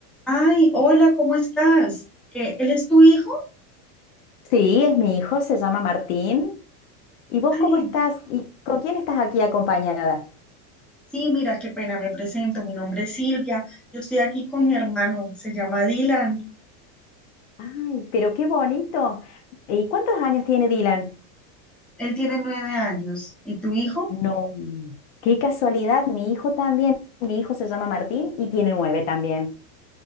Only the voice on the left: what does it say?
Sí, es mi hijo, se llama Martín. ¿Y vos
cómo estás? ¿Y con quién estás aquí acompañada?
Ay, pero qué bonito. ¿Y cuántos años tiene Dylan?
No, qué casualidad, mi hijo también. Mi hijo se llama Martín y tiene nueve también.